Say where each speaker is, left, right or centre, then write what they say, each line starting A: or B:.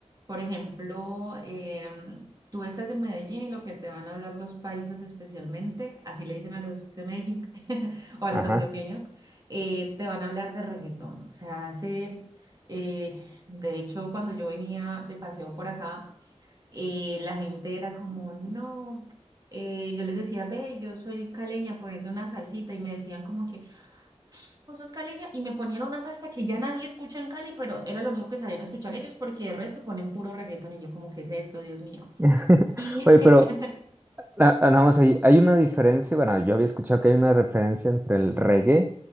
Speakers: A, on the right; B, on the right.
A: Por ejemplo, em, tú estás en Medellín y lo que te van a hablar los paisas especialmente, así le dicen a los de Medellín <laughs> o a
B: Ajá.
A: los antioqueños, eh, te van a hablar de reggaetón. O sea, hace, eh, de hecho, cuando yo venía de paseo por acá, eh, la gente era como, no. eh, yo les decía, ve, yo soy caleña, ponete una salsita, y me decían como que, Pozos caleña y me ponían una salsa que ya nadie escucha en Cali, pero era lo único que salían a escuchar ellos porque el resto ponen puro reggaetón y yo como, ¿qué es esto, Dios mío?
B: <laughs>
A: Y
B: Oye,
A: <laughs>
B: pero na- nada más ahí, hay una diferencia, bueno, yo había escuchado que hay una referencia entre el reggae